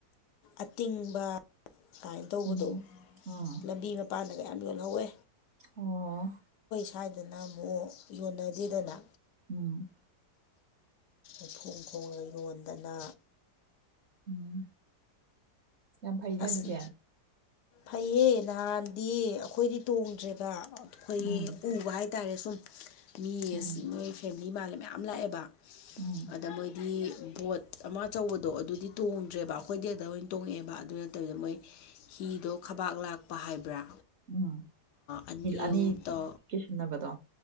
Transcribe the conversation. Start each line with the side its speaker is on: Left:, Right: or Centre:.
Left: ꯑꯇꯤꯡꯕ ꯀꯥꯏꯅ ꯇꯧꯕꯗꯣ
Right: ꯎꯝ ꯎꯝ
Left: ꯂꯝꯕꯤ ꯃꯄꯥꯟꯗꯒ ꯌꯥꯝ ꯌꯣꯜꯍꯧꯋꯦ
Right: ꯑꯣ
Left: ꯁꯗꯅ ꯑꯃꯨꯛ ꯌꯣꯟꯅꯗꯦꯗꯅ
Right: ꯎꯝ
Left: ꯎꯐꯨꯝ ꯈꯣꯡꯒ ꯌꯣꯟꯗꯅ
Right: ꯎꯝ ꯌꯥꯝ ꯐꯩꯅꯦ
Left: ꯑꯁ
Right: ꯑꯗꯨꯗꯤ
Left: ꯐꯩꯌꯦ ꯅꯍꯥꯟꯗꯤ ꯑꯩꯈꯣꯏꯗꯤ ꯇꯣꯡꯗ꯭ꯔꯦꯕ ꯑꯩꯈꯣꯏ
Right: ꯎꯝ
Left: ꯎꯕ ꯍꯥꯏꯔꯦ ꯍꯥꯏꯇꯥꯔꯦ ꯁꯨꯝ ꯃꯤ
Right: ꯎꯝ
Left: ꯃꯣꯏ ꯐꯦꯃꯤꯂꯤ ꯃꯥꯜꯂꯦ ꯃꯌꯥꯝ ꯂꯥꯛꯑꯦꯕ
Right: ꯎꯝ
Left: ꯑꯗ ꯃꯣꯏꯗꯤ ꯕꯣꯠ ꯑꯃ ꯑꯆꯧꯕꯗꯣ ꯑꯗꯨꯗꯤ ꯇꯣꯡꯗ꯭ꯔꯦꯕ ꯑꯩꯈꯣꯏꯗꯤꯗ ꯑꯣꯏꯅ ꯇꯣꯡꯉꯛꯑꯦꯕ ꯑꯗꯨ ꯅꯠꯇꯕꯤꯗ ꯃꯣꯏ ꯍꯤꯗꯣ ꯈꯕꯥꯛ ꯂꯥꯛꯄ ꯍꯥꯏꯕ꯭ꯔꯥ
Right: ꯎꯝ
Left: ꯑꯅꯤ
Right: ꯑꯅꯤꯒꯤ
Left: ꯑꯍꯨꯝ ꯇ
Right: ꯁꯤꯟꯅꯕꯗꯣ